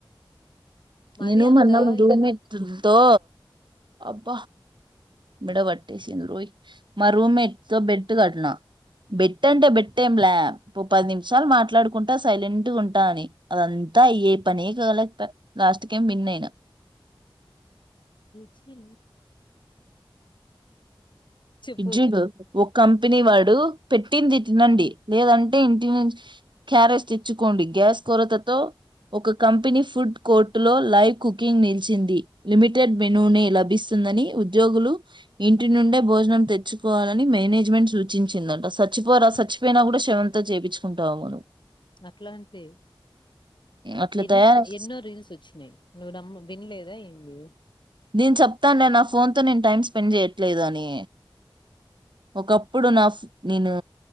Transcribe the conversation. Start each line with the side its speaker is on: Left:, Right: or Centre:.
Left: మరీ
Right: నేను
Left: అంత
Right: మన్నా ముదుగనే
Left: ఇది
Right: ఇతు తో అబ్బ విడ పట్టేసిను రోయ్ మా రూమ్మేట్ తో బెట్ కట్నా బెట్ అంటే బెట్టేం ల్యా ఇ పది నిమిషాలు మాట్లాడుకుంటా సైలెంట్ ఉంటా అని అదంతా అయ్యే పనే కాాల లాస్ట్ కేం విన్ అయిన
Left: రెచ్ మీరు చెప్పు
Right: ఇడ్ జుడు కంపెనీ వాడు పెట్టింది తినండి లేదంటే ఇంటి ను క్యారేజ తెచ్చుకోండి గ్యాస్ కొరతతో ఒక కంపెనీ ఫుడ్ కోర్టు లో లైవ్ కుకింగ్ నిలిచింది లిమిటెడ్ మెనుూ ని లభిస్తుందని ఉద్యోగులు ఇంటి నుండే భోజనం తెచ్చుకోవాలని మేనేజ్మెంట్ సూచించిందంట చచ్చిపోరా చచ్చిపోయినా కూడా శవంతో త చేపిన్చుకుంటావు ఏమో నువ్
Left: అట్లా అంటె
Right: అట్లా
Left: ఎ
Right: తయారై
Left: ఎన్నో రీల్స్ వచ్చినాయి నువ్వు నమ్మ వినలేదా ఏంటీ
Right: నేను చెప్తా నే నా ఫోన్ తో నేను టైం స్పెండ్ చేయట్లేదు అని ఒకప్పుడు నా నేను